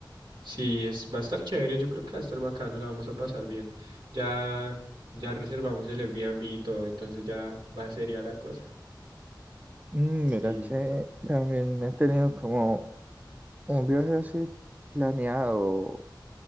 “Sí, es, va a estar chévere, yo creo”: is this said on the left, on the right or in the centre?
Right